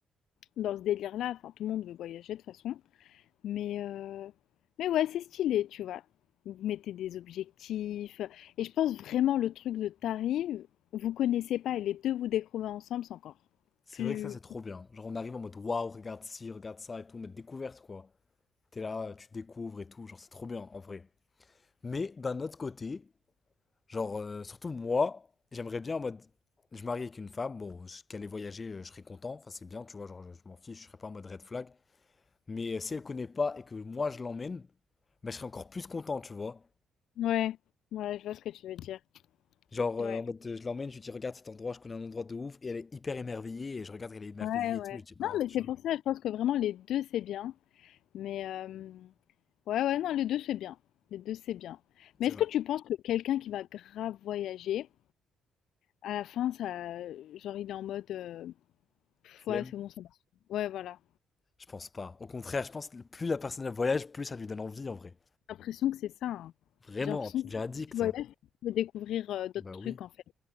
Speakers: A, on the left (about 80°); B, on the left (about 35°).
A: dans ce délire-là, enfin tout le monde veut voyager de toute façon. Mais, euh, mais ouais, c'est stylé, tu vois. Vous mettez des objectifs. Et je pense vraiment le truc de t'arrives, vous connaissez pas et les deux vous découvrez ensemble, c'est encore
B: C'est
A: plus...
B: vrai que ça, c'est trop bien. Genre, on arrive en mode, waouh, regarde ci, regarde ça et tout, mais découverte, quoi. T'es là, tu découvres et tout. Genre, c'est trop bien, en vrai. Mais d'un autre côté, Genre, euh, surtout moi, j'aimerais bien en mode. Je marie avec une femme, bon, je- qu'elle ait voyagé, euh, je serais content. Enfin, c'est bien, tu vois, genre, je je m'en fiche, je serais pas en mode red flag. Mais euh, si elle connaît pas et que moi je l'emmène, bah, je serais encore plus content, tu vois.
A: Ouais, ouais, je vois ce que tu veux dire.
B: Genre, euh,
A: Ouais,
B: en mode, euh, je l'emmène, je lui dis, regarde cet endroit, je connais un endroit de ouf, et elle est hyper émerveillée, et je regarde qu'elle est émerveillée
A: ouais,
B: et
A: ouais.
B: tout, je dis, bah,
A: Non, mais
B: tu
A: c'est
B: vois,
A: pour ça, je pense que vraiment les deux c'est bien. Mais euh, ouais, ouais, non, les deux c'est bien. Les deux c'est bien. Mais
B: c'est
A: est-ce
B: vrai.
A: que tu penses que quelqu'un qui va grave voyager, à la fin, ça, genre il est en mode, euh, Pff,
B: Flemme,
A: ouais, c'est bon, ça marche. Ouais, voilà.
B: je pense pas. Au contraire, je pense que plus la personne elle voyage, plus ça lui donne envie, en vrai.
A: J'ai l'impression que c'est ça, hein.
B: Vraiment,
A: J'ai l'impression
B: tu
A: que
B: deviens addict.
A: tu voyages,
B: hein.
A: tu peux découvrir, heu, d'autres
B: Bah
A: trucs
B: oui.
A: en fait.